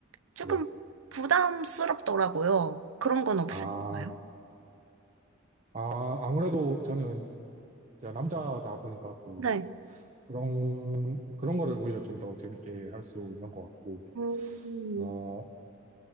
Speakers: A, on the right (about 85°); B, on the right (about 35°).
A: 조금
B: 네.
A: 부담스럽더라고요. 그런 건 없으신가요?
B: 아, 아, 아무래도 저는 제가 남자다 보니까 또
A: 네.
B: 그런, 그런 거를 오히려 좀 더 재밌게 할 수 있는 것 같고,
A: 음,
B: 어,